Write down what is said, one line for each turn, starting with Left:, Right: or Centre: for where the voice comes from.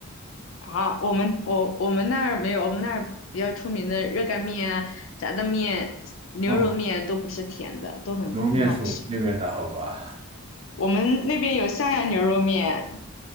Left: 啊，我们我我们那儿没有，我们那儿比较出名的热干面啊、炸酱面、牛肉面都不是甜的，
Right: 哦，
Left: 都很很好吃。
Right: 牛肉面是我们那边的，好吧
Left: 我们那边有襄阳牛肉面，